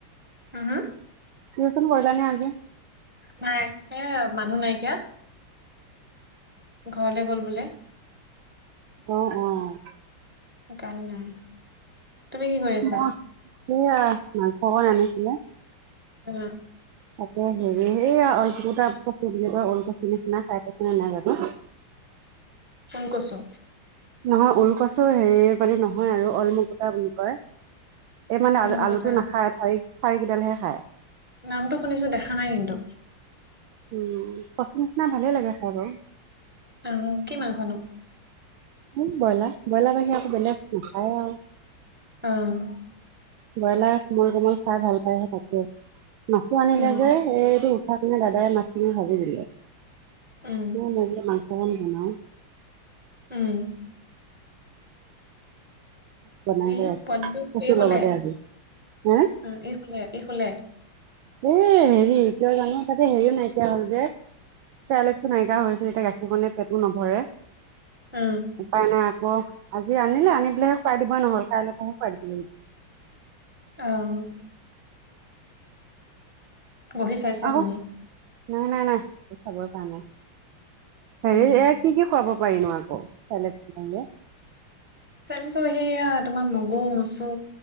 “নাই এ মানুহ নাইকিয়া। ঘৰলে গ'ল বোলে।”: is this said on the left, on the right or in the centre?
Centre